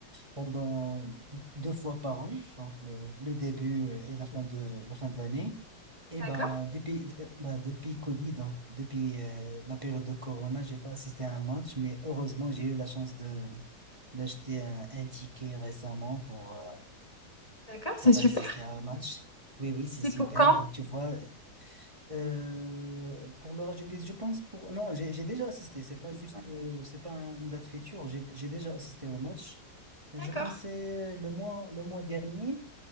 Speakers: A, on the right; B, on the left.
A: pendant deux fois par an, donc le, le début et la fin de, la fin de l'année. Eh
B: d'accord,
A: ben, depuis, euh, ben, depuis Covid, donc depuis euh, la période de Corona, j'ai pas assisté à un match, mais heureusement, j'ai eu la chance de d'acheter un, un ticket récemment pour, euh,
B: d'accord, c'est
A: pour
B: super.
A: assister à un match. Oui, oui, c'est
B: C'est
A: super.
B: pour quand?
A: Tu vois, euh, pour le rugby, je pense pour... Non, j'ai j'ai déjà assisté. C'est pas juste, euh, c'est pas un- une date future. J'ai j'ai déjà assisté au match. Je
B: D'accord,
A: pensais le mois, le mois dernier.